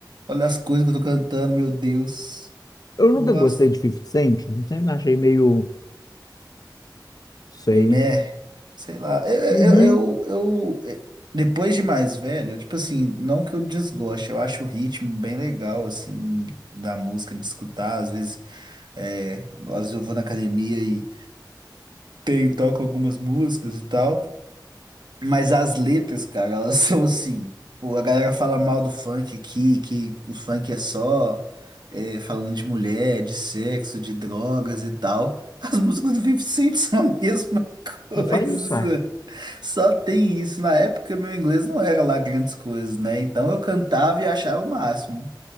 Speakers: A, on the right; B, on the left.
A: olha as coisas que eu tô cantando, meu Deus.
B: Eu nunca
A: Não gosto.
B: gostei de 50 Cent, sempre achei meio, sei.
A: Meh, sei lá. Eu, eu,
B: Uhum.
A: eu, eu- eu- eh, depois de mais velho, tipo assim, não que eu desgoste, eu acho o ritmo bem legal, assim, da música, de escutar. Às vezes, é, às vezes eu vou na academia e tem, toco algumas músicas e tal. Mas as letras, cara, elas <laughs> são assim. Pô, a galera fala mal do funk aqui, que o funk é só é, falando de mulher, de sexo, de drogas e tal. <laughs> As músicas do 50 Cent são a mesma coisa.
B: Não só isso, é.
A: Só tem isso. Na época, meu inglês não era lá grandes coisas, né? Então eu cantava e achava o máximo.